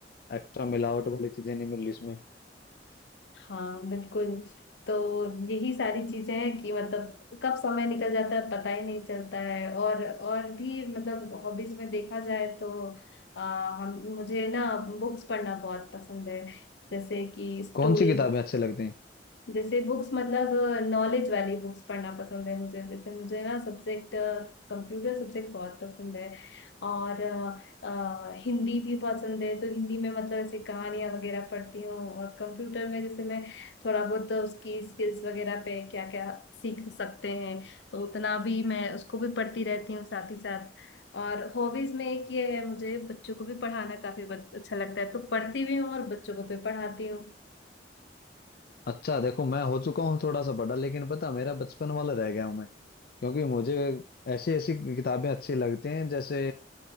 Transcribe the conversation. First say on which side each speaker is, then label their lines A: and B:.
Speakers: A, on the left; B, on the left.
A: एक्स्ट्रा मिलावट वाली चीजें नहीं मिल रही इसमें
B: हाँ बिल्कुल तो यही सारी चीजें हैं कि मतलब कब समय निकल जाता है पता ही नहीं चलता है और और भी मतलब हॉबीज में देखा जाए तो आ, हम मुझे ना बुक्स पढ़ना बहुत पसंद है जैसे कि स्टोरी
A: कौन सी किताबें अच्छी लगती हैं
B: जैसे बुक्स मतलब नॉलेज वाली बुक्स पढ़ना पसंद है मुझे जैसे मुझे ना सब्जेक्ट कंप्यूटर सब्जेक्ट बहुत पसंद है और अ, अ, हिंदी भी पसंद है तो हिंदी में मतलब ऐसे कहानियाँ वगैरह पढ़ती हूँ और कंप्यूटर में जैसे मैं थोड़ा बहुत उसकी स्किल्स वगैरह पे क्या क्या सीख सकते हैं तो उतना भी मैं उसको भी पढ़ती रहती हूँ साथ ही साथ और हॉबीज में एक ये है मुझे बच्चों को भी पढ़ाना काफी बच- अच्छा लगता है तो पढ़ती भी हूँ और बच्चों को भी पढ़ाती हूँ
A: अच्छा देखो मैं हो चुका हूँ थोड़ा सा बड़ा लेकिन पता है, मेरा बचपन वाला रह गया हूँ मैं क्योंकि मुझे ऐसी ऐसी किताबें अच्छी लगती हैं जैसे